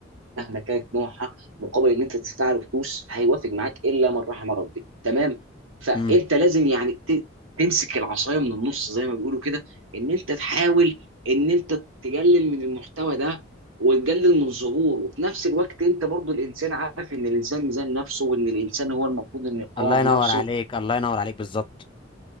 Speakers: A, on the right; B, on the left.
A: مهما كانت نوعها مقابل ان انت تدفع له فلوس هيوافق معاك الا من رحم ربي تمام فانت
B: امم
A: لازم يعني ت- تمسك العصايه من النص زي ما بيقولوا كده ان انت تحاول ان انت تقلل من المحتوى ده وتقلل من ظهوره وفي نفس الوقت انت برضو الانسان عارف ان الانسان ميزان نفسه وان الانسان هو المفروض انه يقاوم
B: الله ينور
A: نفسه
B: عليك الله ينور عليك بالظبط